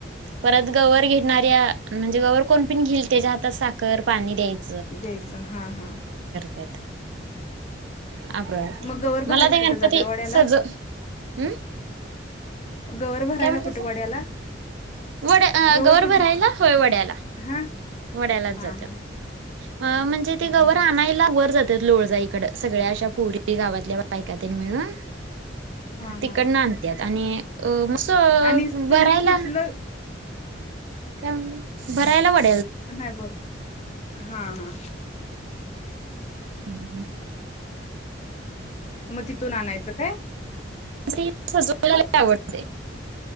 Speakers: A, on the right (about 75°); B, on the left (about 35°).
A: परत गवर घेणाऱ्या म्हणजे गवर कोण पण घेलतेच्या्या हातात साखर पाणी द्यायच
B: देयचा हा हा
A: येत अप वाटते
B: मग गवर भरायला
A: मला ते
B: कुठे
A: गणपती
B: जातय वड्यालाच
A: सज हं
B: गवर भरायला
A: काय म्हणतेसा
B: कुठे वड्याला
A: वड्या
B: गवर
A: गौर
B: कुठ
A: भरायला होय वड्याला
B: हा
A: वड्यालाच
B: हा
A: जात्यात
B: हा
A: म्हणजे ते
B: हा
A: गवर
B: हा
A: आणयला वर जात लोळजइकड सगळ्या अशा पुरी गावातल्या बायका तेन मिळून
B: हा
A: तिकडन
B: हा
A: आणत्यात आणि अ असं
B: आणि तुम्ही
A: भरायला
B: कुठलं
A: काम. भरायला वाटत
B: नाय बोल हा हा
A: हम्म हम्म
B: मग तिथून आणायचं काय?
A: नीट सजवायला लई आवडतय